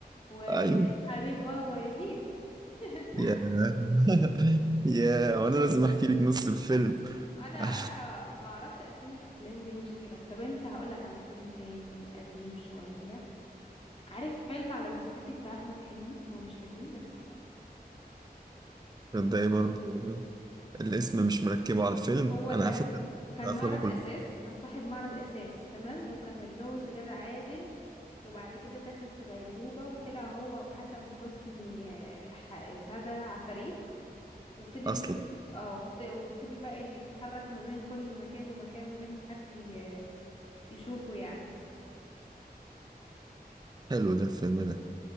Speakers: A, on the left; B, on the right.
A: ومن
B: أيوه
A: حبيب بابا يزيد <laughs>
B: يا <laughs> يا وأنا لازم أحكي لك نص الفيلم <laughs>
A: انا انا
B: عشان
A: ما اعرفش اسامي الافلام دي المشكله طب انت هقولك على فيلم تاني قديم شويه عارف فيلم على جثتي بتاع احمد حلمي هو مش قديم بس حلو
B: ده إيه برضه الاسم مش مركبه على الفيلم
A: هو
B: انا
A: كان
B: على فكره
A: كان
B: افلامه
A: معرض
B: كلها
A: اساس كان صاحب معرض اساس تمام وكان متجوز غادة عادل وبعد كده دخل في غيبوبة وطلع هو وحسن حسني آه، ح- بتاع ده عفاريت وفضل
B: اصلا
A: يشوف اه وت- وفضل بقى يتحرك ما بين كل مكان ومكان من غير ما حد ي- يشوفه يعني
B: حلو ده الفيلم ده